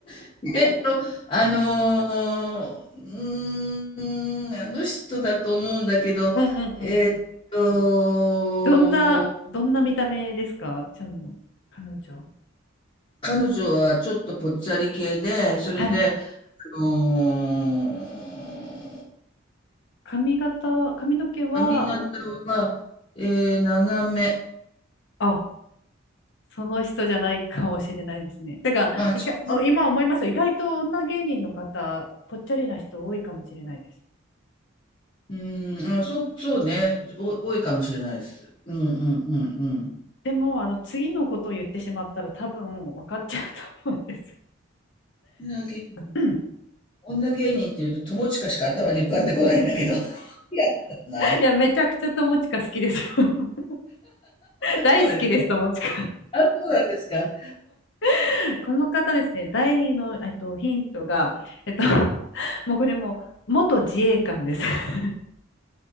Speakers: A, on the left; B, on the left.
A: <laughs> えっと、あのー、うーん、あの人だと思うんだけど、
B: うんうんうん。
A: えっと、
B: どんな、どんな見た目ですか、ちゃんの彼女。
A: 彼女はちょっとぽっちゃり系で、それで、
B: はい。
A: あのー
B: 髪型は、髪の毛は、
A: 髪型は、えー長め。
B: あ、その人じゃないかもしれないですね。だから、
A: あ、違う
B: いか、今思いますよ。意外と女芸人の方、ぽっちゃりな人多いかもしれないです。
A: うん、あ、そう、そうね、お、多いかもしれないです。うんうんうん
B: でも、あの、次のことを言ってしまったら多分分かっちゃうと思うんですよ。
A: うん。だけど
B: うん
A: 女芸人っていうと、友近しか頭に浮かんでこないんだけど。<laughs> いや、な、
B: いや、めちゃくちゃ友近好きです。<laughs> 大好きです、
A: そうです。
B: 友近。
A: あ、そうなんですか。
B: <laughs> この方ですね、第二の、えっと、ヒントが、えっと、もうこれもう、元自衛官です。<laughs>